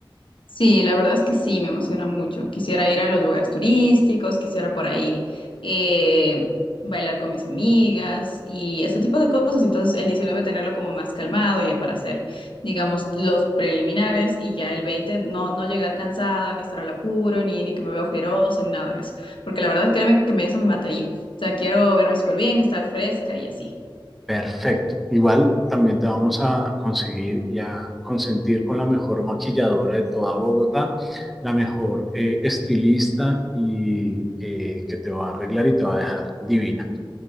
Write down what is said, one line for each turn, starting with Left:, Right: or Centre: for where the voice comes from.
Left: Sí, la verdad es que sí, me emociona mucho. Quisiera ir a los lugares turísticos, quisiera por ahí eh, bailar con mis amigas y ese tipo de cosas. Entonces, el 19 tenerlo como más calmado ya para hacer, digamos, los preliminares y ya el 20 no, no llegar cansada, ni estar al apuro, ni, ni que me vea ojerosa, ni nada de eso. Porque la verdad, créeme que me, eso me mataría. O sea, quiero verme súper bien, estar fresca y así.
Centre: Perfecto. Igual también te vamos a conseguir y a consentir con la mejor maquilladora de toda Bogotá, la mejor eh, estilista y eh, que te va a arreglar y te va a dejar divina.